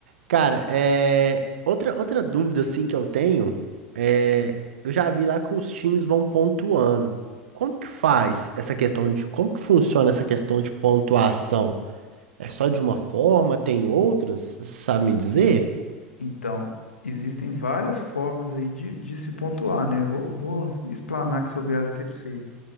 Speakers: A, on the right; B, on the left.
A: Cara, é... outra, outra dúvida assim que eu tenho é. Eu já vi lá que os times vão pontuando. Como que faz essa questão de. Como que funciona essa questão de pontuação? É só de uma forma? Tem outras? Você Sabe me dizer?
B: Então, existem várias formas aí de, de se pontuar, né? Vou, vou explanar aqui sobre elas aqui para você.